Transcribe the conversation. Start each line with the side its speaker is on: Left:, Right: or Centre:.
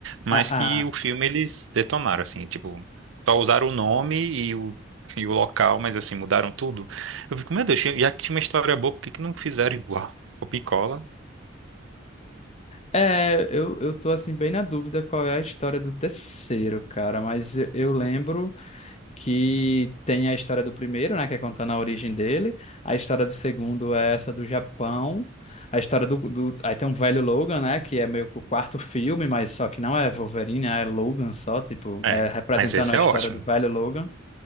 Right: mas
Left: Ah, ah.
Right: que o filme eles detonaram, assim, tipo, só usaram o nome e o, e o local, mas assim, mudaram tudo. Eu fico, meu Deus, já que tinha uma história boa, por que que não fizeram igual? Copia e cola.
Left: É, eu, eu tô, assim, bem na dúvida qual é a história do terceiro, cara, mas eu, eu lembro. que tem a história do primeiro, né, que é contando a origem dele, a história do segundo é essa do Japão, a história do, do... Aí tem um velho Logan, né, que é meio que o quarto filme, mas só que não é Wolverine, é Logan só, tipo,
Right: É,
Left: é representando
Right: mas esse
Left: a
Right: é
Left: história
Right: ótimo.
Left: do velho Logan.